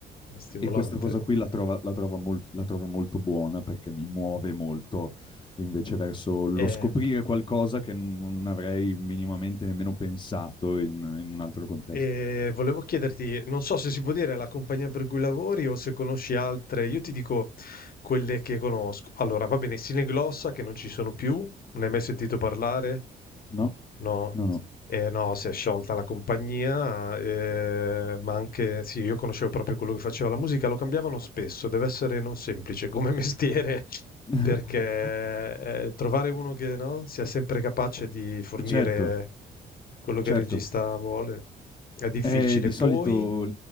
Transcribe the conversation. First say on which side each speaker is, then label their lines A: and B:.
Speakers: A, on the left; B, on the left.
A: È stimolante.
B: e questa cosa qui la, trova- la trova mol- la trovo molto buona perché mi muove molto invece verso lo
A: Eh
B: scoprire qualcosa che non avrei minimamente nemmeno pensato in, in un altro contesto.
A: E volevo chiederti, non so se si può dire la compagnia per cui lavori o se conosci altre. Io ti dico quelle che conosco. Allora, va bene, Sineglossa che non ci sono più, ne hai mai sentito parlare?
B: No,
A: No,
B: no, no.
A: eh, no, si è sciolta la compagnia, eh, ma anche, sì, io conoscevo proprio quello che faceva la musica, lo cambiavano spesso, deve essere non semplice come <laughs> mestiere,
B: <laughs>
A: perché eh, trovare uno che no, sia sempre capace di fornire
B: Certo,
A: quello che
B: certo.
A: il regista vuole è difficile.
B: Eh, di
A: Poi,
B: solito...